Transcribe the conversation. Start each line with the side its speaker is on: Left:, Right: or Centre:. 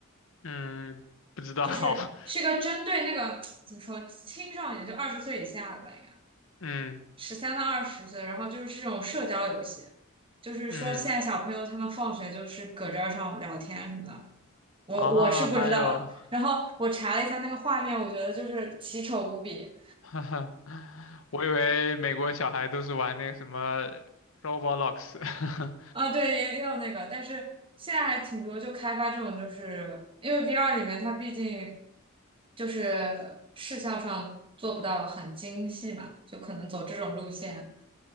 Left: 嗯，不知道，
Right: 就是是个针对那个怎么说青少年，
Left: <laughs>
Right: 就二十岁以下的吧，应该
Left: 嗯
Right: 十三到二十岁，然后就是这种社交游戏，就是说现在小朋友他们放学就是搁这儿上聊天什么的，
Left: 嗯
Right: 我我是不知道的。
Left: 啊，还有，<laughs>
Right: 然后我查了一下那个画面，我觉得就是奇丑无比
Left: 哈哈，我以为美国小孩都是玩那个什么 Roblox，<laughs>
Right: 啊，对，也也有那个，但是现在还挺多就开发这种，就是因为 VR 里面它毕竟就是视效上做不到很精细嘛，就可能走这种路线。